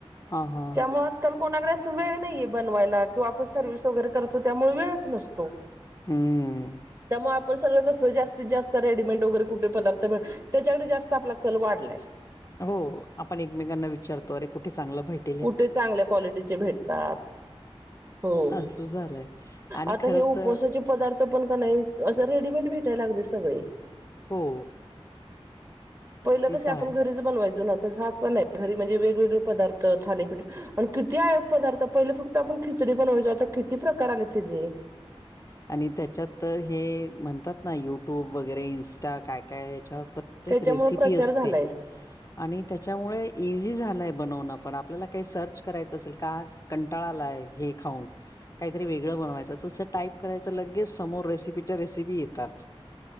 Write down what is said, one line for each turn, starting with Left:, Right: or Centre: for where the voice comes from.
Left: हां, हां.
Right: त्यामुळे आज- आजकाल कोणाकडे असं वेळ नाहीये बनवायला. किंवा आपण सर्व्हिस वगैरे करतो त्यामुळे वेळच नसतो.
Left: हम. हम.
Right: त्यामुळे आपण सगळं कसं जास्तीत जास्त रेडीमेड वगैरे कुठे पदार्थ भेट - त्याच्याकडे जास्त आपला कल वाढलाय.
Left: हो. आपण एकमेकांना विचारतो अरे कुठे चांगलं भेट-
Right: कुठे चांगल्या क्वालिटीचे भेटतात? हो.
Left: असं झालंय आणि
Right: आता
Left: खरं
Right: हे उपवासाचे-
Left: तर
Right: पदार्थ पण का नाही असं रेडीमेड भेटायला लागले सगळे.
Left: हो.
Right: पहिलं
Left: ते
Right: कस
Left: तर आहेच.
Right: आपण घरीच बनवायचो ना? तस <unintelligible> नाही घरी म्हणजे वेगळे पदार्थ- थालीपीठ. आणि किती आहे पदार्थ? पहिले फक्त आपण खिचडी बनवायचो आता किती प्रकार आलेत त्याचेे.
Left: आणि त्याच्यात तर हे म्हणतात ना युट्यूब वगैरे इन्स्टा काय काय याच्यावर प्रत्येक-
Right: त्याच्यामुळे
Left: एक रेसिपी
Right: प्रचार
Left: असते.
Right: झालाय
Left: आणि त्याच्यामुळे इझी झालय बनवणं पण. आपल्याला काही सर्च करायचं असेल का आज- कंटाळा आलाय हे खाऊन काहीतरी वेगळं बनवायच. तस टाईप - करायच लगेच समोर रेसिपीच्या रेसिपी येतात.